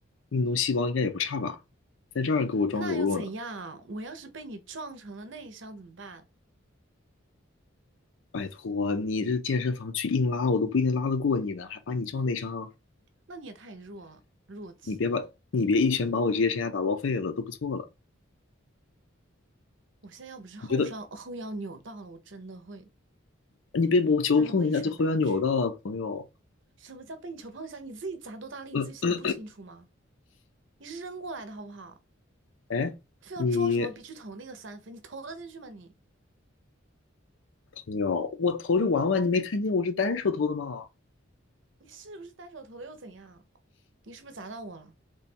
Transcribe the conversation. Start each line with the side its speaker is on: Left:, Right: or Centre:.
Left: 运动细胞应该也不差吧？在这儿给我装柔弱呢？
Right: 那又怎样啊？我要是被你撞成了内伤怎么办？
Left: 拜托，你这健身房去硬拉，我都不一定拉得过你呢，还把你撞内伤，
Right: 那你也太弱了，弱鸡！
Left: 你别把你别一拳把我职业生涯打报废了，都不错了。
Right: 我现在要不是后伤后腰扭到了，
Left: 你觉得
Right: 我真的会
Left: 啊你被我球碰一下就后腰扭到了，
Right: 真的会一拳打过去。
Left: 朋友？
Right: 什么叫被你球碰一下？你自己砸多大力，
Left: 嗯，
Right: 你自己心里不清楚吗？你是扔过来的好不好？
Left: 哎，
Right: 非要装什么别去投那个三分，
Left: 你
Right: 你投得进去吗你？
Left: 有，我投着玩玩，你没看见我是单手投的吗？
Right: 你是不是单手投的又怎样？你是不是砸到我了？